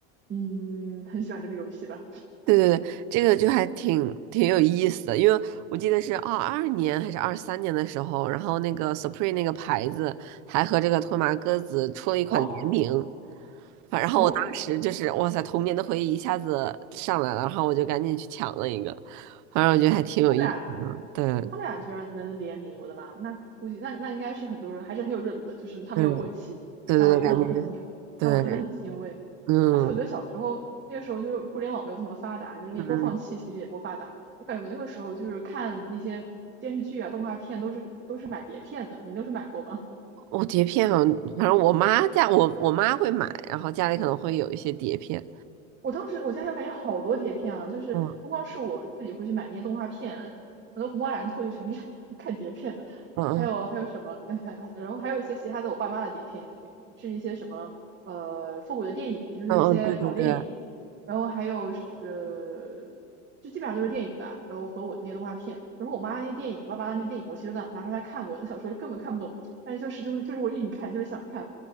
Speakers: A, on the right (about 35°); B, on the right (about 55°).
A: 嗯，很喜欢这个游戏吧？
B: 对对对，这个就还挺挺有意思的，因为我记得是二二年还是二三年的时候，然后那个 Supreme 那个牌子还和这个托马鸽子出了一款联名，
A: 哦
B: 反然后我当时就是哇塞，
A: 哦，
B: 童年的回忆一下子上来了，然后我就赶紧去抢了一个，反正我觉得还挺有意思的，
A: 他们俩
B: 对，
A: 他们俩居然能联名，我的妈！那估计那那应该是很多人还是很有热度的，就是他没有过期，
B: 嗯，对对对，
A: 那我那我很欣，
B: 感觉对，
A: 那我真的很欣慰。
B: 嗯
A: 而且我觉得小时候那个时候就是互联网没有这么发达，就是那些播放器其实也不发达，
B: 嗯，
A: 我感觉我那个时候就是看那些电视剧啊、动画片都是都是买碟片的，你那时候买过吗？
B: 我碟片好像反正我妈家我我妈会买，然后家里可能会有一些碟片，
A: 我当时我家里我感觉好多碟片啊，就是不光是我自己会去买那些动画片，
B: 嗯
A: 我的虹猫蓝兔就全是 <laughs> 看碟片的，
B: 嗯嗯。
A: 还有还有什么，<laughs> 然后还有一些其他的我爸妈的碟片，是一些什么呃复古的电影，就是一些老电影，
B: 嗯嗯，对对对
A: 然后还有是就基本上都是电影吧，然后和我那些动画片，然后我妈那些电影，爸爸那些电影，我其实都拿拿出来看过，那小时候根本看不懂，但是就是就是就是我硬看，就是想看，